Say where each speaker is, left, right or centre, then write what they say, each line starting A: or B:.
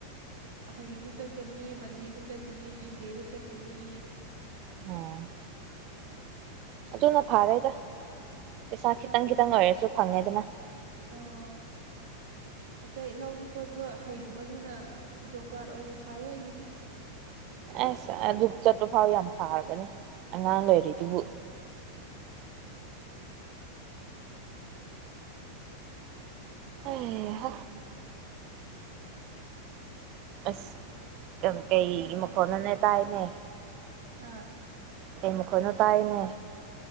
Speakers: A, on the right; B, on the right.
A: ꯍꯌꯦꯡꯁꯨ ꯆꯠꯀꯅꯤ ꯃꯟꯗꯦꯁꯨ ꯆꯠꯀꯅꯤ ꯇ꯭ꯋꯨꯁꯗꯦꯁꯨ ꯆꯠꯀꯅꯤ
B: ꯑꯣ ꯑꯆꯅ ꯐꯥꯔꯦꯗ ꯄꯩꯁꯥꯈꯤ
A: ꯍꯣꯏ
B: ꯇꯪꯈꯤꯪ ꯑꯣꯏ ꯍꯥꯏꯦꯁꯨ ꯐꯪꯉꯦꯗꯅ
A: ꯑꯣ ꯑꯇꯩ ꯂꯧꯁꯨ ꯆꯠꯄ ꯍꯩꯇꯕꯅꯤꯅ ꯖꯣꯕ ꯀꯥꯔꯗ ꯑꯣꯏꯅꯔ ꯐꯔꯦ ꯑꯩꯒꯤꯗꯤ
B: ꯑꯦꯁ ꯆ ꯐꯥꯎ ꯌꯥꯝ ꯐꯥꯔꯒꯅꯤ ꯑꯉꯥꯡ ꯂꯩꯔꯤꯗꯨꯕꯨ ꯑꯦ
A: ꯎꯝ
B: ꯑꯁ ꯀꯩꯒꯤ
A: ꯅꯪ
B: ꯃꯨꯀꯣꯅꯅꯦ ꯇꯥꯥꯏꯅꯦ
A: ꯍꯥ
B: ꯀꯩ ꯃꯈꯣꯏꯅꯣ ꯇꯥꯏꯅꯦ